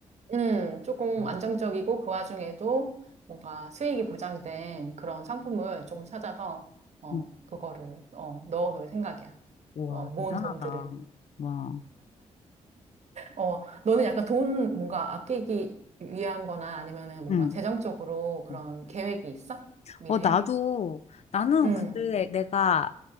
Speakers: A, on the right; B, on the left.
A: 음, 조금
B: 음,
A: 안정적이고 그 와중에도 뭔가 수익이 보장된 그런 상품을 조금 찾아서 어
B: 음.
A: 그거를 어 넣어놓을 생각이야.
B: 우와,
A: 어 모은
B: 대단하다.
A: 돈들을.
B: 와.
A: 어 너는 약간 돈 뭔가 아끼기 위한거나 아니면은 뭔가
B: 음.
A: 재정적으로 그런
B: 음.
A: 계획이 있어? 미래에?
B: 어, 나도, 나는
A: 음.
B: 근데 내가